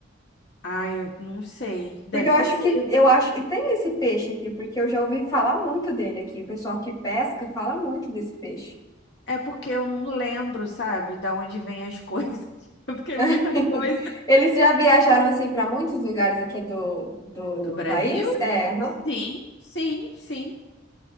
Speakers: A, on the left; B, on the left.
A: Ai, eu não sei. Deve
B: Porque eu acho
A: ter sido.
B: que eu acho que tem esse peixe aqui, porque eu já ouvi falar muito dele aqui. O pessoal que pesca fala muito desse peixe.
A: É porque eu não lembro, sabe, da onde vem as coisas. <laughs> Porque é muita
B: <laughs>
A: coisa.
B: Eles já viajaram assim para muitos lugares aqui do, do
A: Do Brasil?
B: país? É, aham.
A: Sim, sim, sim.